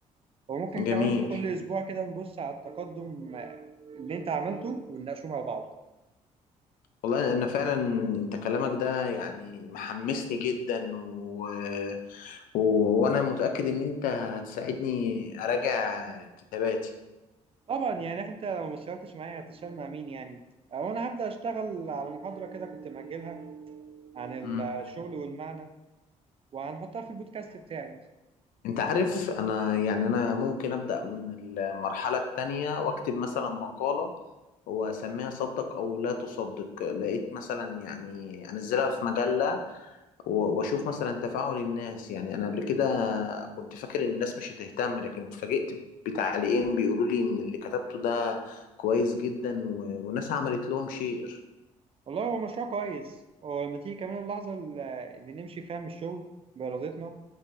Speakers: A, on the right; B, on the left.
A: وممكن
B: جميل
A: كمان كل اسبوع كده نبص على التقدم آه، اللي انت عملته ونناقشه مع بعض
B: والله انا فعلا انت كلامك ده يعني محمسني جدا و... و... وانا متأكد ان انت هتساعدني اراجع كتاباتي
A: طبعا يعني انت لو ما اشتغلتش معايا هتشتغل مع مين يعني آه، وانا هبدأ اشتغل على محاضرة كده كنت مأجلها عن
B: امم
A: الشغل والمعنى وهنحطها في البودكاست بتاعي
B: انت عارف انا يعني انا ممكن ابدأ من المرحلة التانية واكتب مثلا مقالة واسميها صدق او لا تصدق لقيت مثلا يعني انزلها في مجلة و- واشوف مثلا تفاعل الناس يعني انا قبل كده كنت فاكر ان الناس مش هتهتم لكن اتفاجئت بتعليقين بيقولوا لي ان اللي كتبته ده كويس جدا و... وناس عملت لهم شير
A: والله هو مشروع كويس ولما تيجي كمان اللحظة اللي اللي نمشي فيها من الشغل بإرادتنا